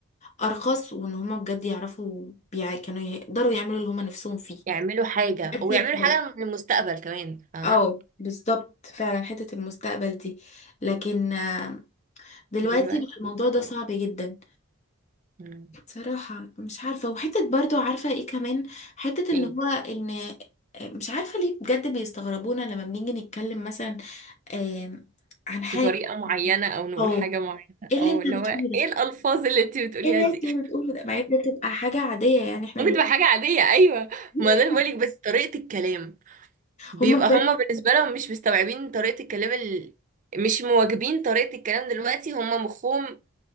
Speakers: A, on the left (about 30°); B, on the right (about 35°).
A: ارخص وان هما بجد يعرفوا بيع... كانوا يقدروا يعملوا اللي هما نفسهم فيه
B: يعملوا حاجة
A: دلوقتي
B: أو يعملوا
A: اه
B: حاجة للمستقبل كمان فاهمة
A: آه، بالظبط فعلا حته المستقبل دي لكن آه، دلوقتي
B: دلوقتي
A: بقى الموضوع
B: لا
A: ده
B: خالص
A: صعب جدا
B: مم.
A: صراحه مش عارفه وحته برضو عارفه ايه كمان حته ان
B: ايه
A: هو ان مش عارفه ليه بجد بيستغربونا لما بنيجي نتكلم مثلا آم، عن حاجة
B: بطريقة معينة أو نقول
A: أو
B: حاجة معينة
A: إيه اللي
B: أو
A: أنت
B: اللي
A: بتقوله
B: هو ايه
A: ده؟
B: الألفاظ اللي انتي بتقوليها
A: إيه اللي
B: دي
A: أنت بتقوله
B: <laughs>
A: ده؟ مع إن ده تبقى حاجة عادية يعني إحنا
B: ممكن
A: بن...
B: تبقى حاجة عادية أيوة
A: <laughs>
B: ما ده اللي بقولك بس طريقة الكلام بيبقى
A: هما بجد
B: هما بالنسبة لهم مش مستوعبين طريقة الكلام ال... مش مواجبين طريقة الكلام دلوقتي هما مخهم